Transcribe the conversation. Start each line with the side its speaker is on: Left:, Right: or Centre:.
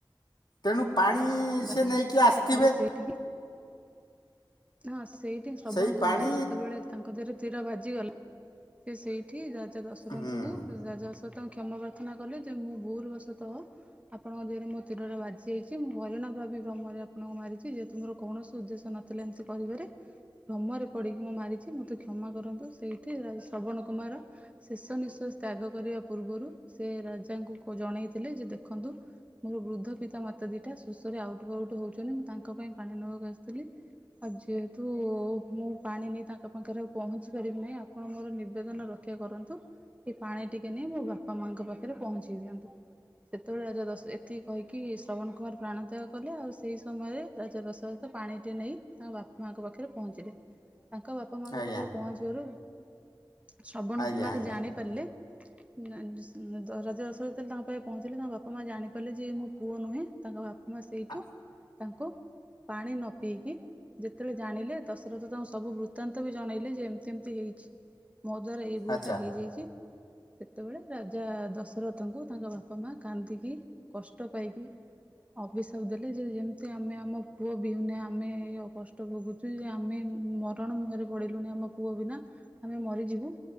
Left: ତେଣୁ ପାଣି ସିଏ
Right: ବାଥିଲା
Left: ନେଇକି ଆସିଥିବେ?
Right: ଆରେ ସେଇଠିକି ହଁ ସେଇଠି ଶ୍ରବଣ
Left: ସେଇ ପାଣି
Right: କୁମାର ଯେତେବେଳେ ତାଙ୍କ ଦେହରେ ତୀର ବାଜିଗଲା ସେ ସେଇଠି ରାଜା ଦଶରଥଙ୍କୁ
Left: ହୁଁ।
Right: ରାଜା ତ ତାଙ୍କୁ କ୍ଷମା ପ୍ରାର୍ଥନା କଲେ ଯେ ମୁଁ ଭୁଲ ବଶତଃ ଆପଣଙ୍କ ଦେହରେ ମୋ ତୀରଟା ବାଜି ଯାଇଛି। ମୁଁ ହରିଣ ଭାବି ଭ୍ରମରେ ଆପଣଙ୍କୁ ମାରିଛି। ଯେହେତୁ ମୋର କୌଣସି ଉଦ୍ଦେଶ୍ୟ ନଥିଲା ଏମିତି କରିବାରେ। ଭ୍ରମରେ ପଡ଼ିକି ମୁଁ ମାରିଛି। ମୋତେ କ୍ଷମା କରନ୍ତୁ। ସେଇଠି ଶ୍ରବଣ କୁମାର ଶେଷ ନିଶ୍ୱାସ ତ୍ୟାଗ କରିବା ପୂର୍ବରୁ ସେ ରାଜାଙ୍କୁ ଜଣେଇଥିଲେ। ଯେ ଦେଖନ୍ତୁ ମୋର ବୃଦ୍ଧ ପିତା ମାତା ଦିଟା ଶୋଷରେ ଆଉଟ୍ ପାଉଟ୍ ହଉଛନ୍ତି। ମୁଁ ତାଙ୍କ ପାଇଁ ପାଣି ନେବାକୁ ଆସିଥିଲି। ଆଉ ଯେହେତୁ ମୁଁ ପାଣି ନେଇ ତାଙ୍କ ପାଖରେ ଆଉ ପହଞ୍ଚି ପାରିବି ନାହିଁ। ଆପଣ ମୋର ନିବେଦନ ରଖ ରକ୍ଷା କରନ୍ତୁ। ଏ ପାଣି ଟିକେ ନେଇ ମୋ ବାପା ମାଙ୍କ ପାଖରେ ପହଞ୍ଚେଇ ଦିଅନ୍ତୁ। ସେତେବେଳେ ରାଜା ଦଶ ଏତିକି କହିକି ଶ୍ରବଣ କୁମାର ପ୍ରାଣତ୍ୟାଗ କଲେ। ଆଉ ସେହି ସମୟରେ ରାଜା ଦଶରଥ ତ ପାଣିଟିଏ ନେଇ ତାଙ୍କ ବାପା ମାଙ୍କ ପାଖରେ ପହଞ୍ଚିଲେ। ତାଙ୍କ ବାପା ମାଆଙ୍କ
Left: ଆଜ୍ଞା
Right: ପାଖରେ ପହଞ୍ଚିବାରୁ ଶ୍ରବଣ
Left: ଆଜ୍ଞା
Right: କୁମାର
Left: ଆଜ୍ଞା
Right: ଜାଣି ପାରିଲେ ତ ରାଜା ଦଶରଥ ଯେତେବେଳେ ତାଙ୍କ ପାଖେ ପହଞ୍ଚିଲେ ତାଙ୍କ ବାପା ମା ଜାଣିପାରିଲେ ଯେ ଇଏ ମୋ ପୁଅ ନୁହେଁ। ତାଙ୍କ ବାପା ମା ସେଇଠୁ
Left: ଆ-
Right: ତାଙ୍କୁ ପାଣି ନ ପିଇକି ଯେତେବେଳେ ଜାଣିଲେ ଦଶରଥ ତାଙ୍କୁ ସବୁ ବୃତ୍ତାନ୍ତ ବି ଜଣେଇଲେ ଯେ ଏମିତି ଏମିତି ହେଇଛି। ମୋ ଦ୍ଵାରା ଏଇ ଭୁଲ
Left: ଆଚ୍ଛା।
Right: ଟା ହେଇଯାଇଛି। ସେତେବେଳେ ରାଜା ଦଶରଥଙ୍କୁ ତାଙ୍କ ବାପା ମା କାନ୍ଦିକି କଷ୍ଟ ପାଇକି ଅଭିିଶାପ ଦେଲେ ଯେ ଯେମିତି ଆମେ ଆମ ପୁଅ ବିହୁନେ ଆମେ କଷ୍ଟ ଭୋଗୁଛୁ ଯେ ଆମେ ମରଣ ମୁହଁରେ ପଡିଲୁଣି ଆମ ପୁଅ ବିନା ଆମେ ମରିଯିବୁ।